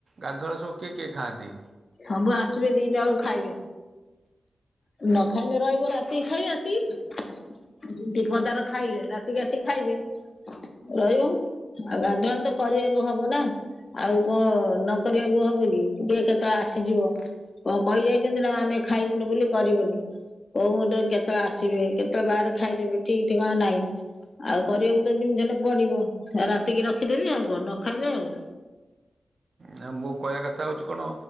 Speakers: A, on the right (about 60°); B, on the left (about 50°).
A: ଗାଧୁଆ ବେଳେ ସବୁ କିଏ କିଏ ଖାଆନ୍ତି?
B: ସବୁ ଆସିବେ ଦିଟା ବେଳକୁ ଖାଇବେ। ନ ଖାଇଲେ ରହିବ ରାତି କି ଖାଇବେ ଆସିକି। ଯୁଦି ପଦାର ଖାଇଲେ ରାତିକି ଆସି ଖାଇବେ। ରହିବ ଆଉ ଗାଧୁଆବେଳେ ତ କରିବାକୁ ହବ ନା। ଆଉ କଣ ନକରିଆକୁ ହବ କି। <unintelligible> କେତେବେଳେ ଆସିଯିବ କଣ କହି ଯାଇଛନ୍ତି ନା ଆମେ ଖାଇବୁନି ବୋଲି କରିବନି। କୋଉ ମୂହୁର୍ତ୍ତ ରେ କେତେବେଳେ ଆସିବେ କେତେବେଳେ ବାହାରେ ଖାଇଦେବେ ଠିକ ଠିକଣା ନାହିଁ। ଆଉ କରିବାକୁ ତ ଯେମିତି ହେଲେ ପଡିବ ରାତିକି ରଖିଦେବି ଆଉ କଣ ନ ଖାଇଲେ ଆଉ।
A: ନା ମୋ କହିବା କଥା ହଉଛି କଣ